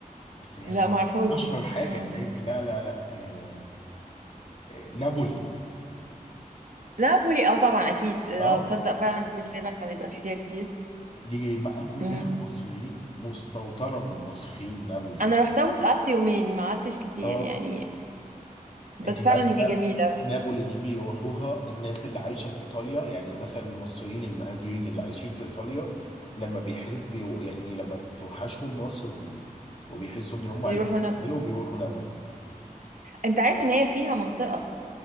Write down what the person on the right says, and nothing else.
لا معرفهاش
دي
اه
نابولي اه طبعا أكيد لو
تصدق فعلا دي غالبا هتبقى فيها كتير
مم.
أنا
روحتها بس قعدت يومين ما قعدتش كتير
يعني بس
فعلا
هي جميلة
يروحوا
نابولي
انت عارف ان هي فيها منطقة